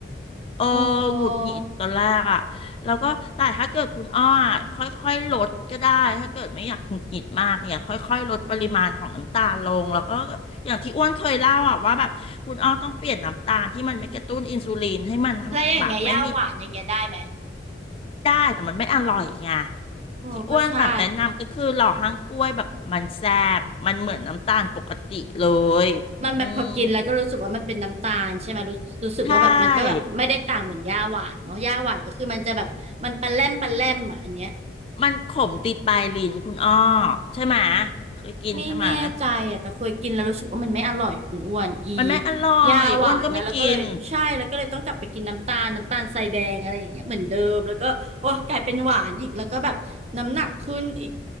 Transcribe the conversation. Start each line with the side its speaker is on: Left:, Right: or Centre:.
Left: เออ
Right: โอ้
Left: หงุดหงิดตอนแรกอ่ะแล้วก็แต่ถ้าเกิดคุณอ้ออะค่อยๆลดก็ได้ถ้าเกิดไม่อยากหงุดหงิดมากเนี่ยค่อยๆลดปริมาณของน้ำตาลลงแล้วก็อย่างที่อ้วนเคยเล่าอ่ะว่าแบบคุณอ้อต้องเปลี่ยนน้ำตาลที่มันไม่กระตุ้นอินซูลินให้มันทำแบบไม่มี
Right: แล้วอย่างเงี้ยย่าหวานอย่างเงี้ยได้ไหม
Left: ได้แต่มันไม่อร่อยไง
Right: โอ้ก็ใช่
Left: ที่อ้วนแบบแนะนำก็คือหล่อห้างกล้วยแบบมันแซ่บมันเหมือนน้ำตาลปกติเลยอืม
Right: มันแบบพอกินแล้วก็รู้สึกว่ามันเป็นน้ำตาลใช่ไหมรู้รู้สึกว่าแบบมันก็แบบไม่ได้ต่างเหมือนย่าหวานเนาะย่าหวานก็คือมันจะแบบมันปะแล่มปะแล่มอ่ะอันเนี้ย
Left: ใช่ มันขมติดปลายลิ้นคุณอ้อใช่ไหมะเคยกินใช่ไหมะ
Right: ไม่แน่ใจอ่ะแต่เคยกินแล้วรู้สึกว่ามันไม่อร่อยคุณอ้วนอี
Left: มันไม่อร่อยอ้วนก็ไม่กิน
Right: ยาหวานนะแล้วก็เลยใช่แล้วก็เลยต้องกลับไปกินน้ำตาลน้ำตาลทรายแดงอะไรอย่างเงี้ยเหมือนเดิมแล้วก็โอ้กลายเป็นหวานอีกแล้วก็แบบน้ำหนักขึ้นอีก